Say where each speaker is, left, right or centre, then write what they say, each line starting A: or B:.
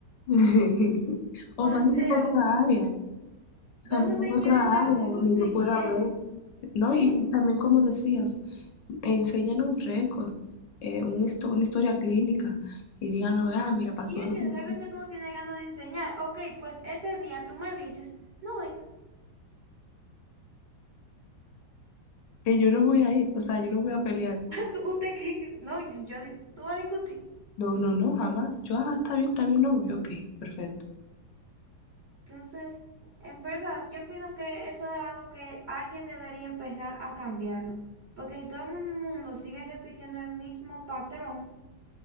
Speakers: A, on the left; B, on the right.
A: <laughs> O
B: O
A: mándame
B: sea.
A: a otra área. O
B: ¿Dónde
A: sea, mándame
B: te quieres
A: a otra
B: dar?
A: área donde
B: ¿Dónde te
A: yo pueda
B: quieres?
A: ver. No,
B: ¿Eh?
A: y también como decías, enseñan un récord, eh, un histo- una historia clínica y díganos, ah, mira, pasó
B: Y yo
A: esto".
B: entiendo que a veces tú no tienes ganas de enseñar. Ok, pues ese día tú me dices, no vengas. <laughs>
A: que yo no voy a ir, o sea, yo no voy a pelear.
B: Ah, tú- ¿Usted cree que no? Yo, yo di- tú vas a discutir.
A: No, no, no, jamás. Yo, ah, está bien, está bien, no voy, ok, perfecto.
B: Entonces, en verdad, yo opino que eso es algo que alguien debería empezar a cambiarlo. Porque si todo el mundo sigue repitiendo el mismo patrón,